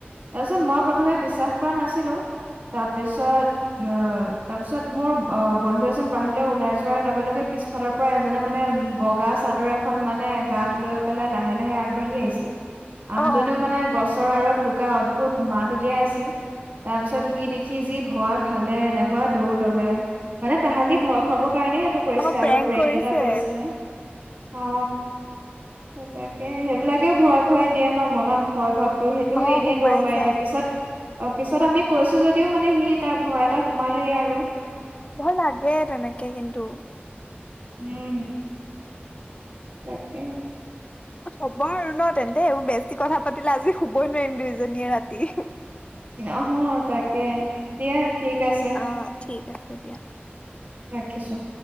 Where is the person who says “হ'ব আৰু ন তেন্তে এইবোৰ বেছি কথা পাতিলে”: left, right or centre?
Left